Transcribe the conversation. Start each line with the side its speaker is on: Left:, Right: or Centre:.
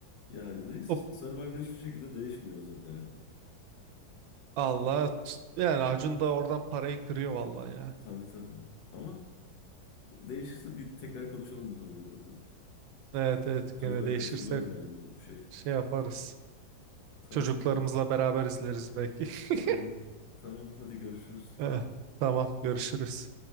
Left: Yani neyse
Right: hop,
Left: işte Survivor hiçbir şekilde değişmiyor özetle ya.
Right: Allah yani Acun da oradan parayı kırıyor vallahi ya.
Left: Tabii tabii. Ama değişirse bir tekrar konuşalım bu konuyu derim ben.
Right: Evet evet
Left: Survivor
Right: gene değişirse
Left: eskimez yani bu şey.
Right: şey yaparız.
Left: Tamam
Right: Çocuklarımızla
Left: o zaman.
Right: beraber izleriz belki.
Left: Aynen.
Right: <laughs>
Left: Tamam hadi görüşürüz.
Right: Eh, tamam görüşürüz.